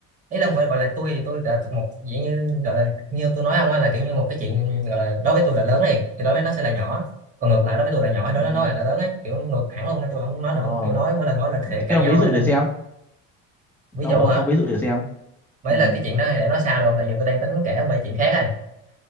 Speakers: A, on the right (about 25°); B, in the centre.
A: ý là gọi gọi là tôi thì tôi là một dạng như gọi là như tôi nói ông á là kiểu như một cái chuyện gọi là đối với tôi là lớn đi thì đối với nó sẽ là nhỏ còn ngược lại đối với tôi là nhỏ đối
B: Ừ.
A: với nó là là lớn ấy kiểu ngược hẳn luôn nên tôi không nói
B: Ồ,
A: nữa kiểu nói mỗi lần nói là sẽ
B: thế
A: cãi
B: ông
A: nhau
B: ví dụ
A: ấy nên
B: thử xem,
A: ví
B: ông
A: dụ
B: ông,
A: hả
B: ông ví dụ thử xem.
A: mấy
B: ừ
A: là cái chuyện đó thì để nói sao được không? tại vì tôi đang tính kể về chuyện khác này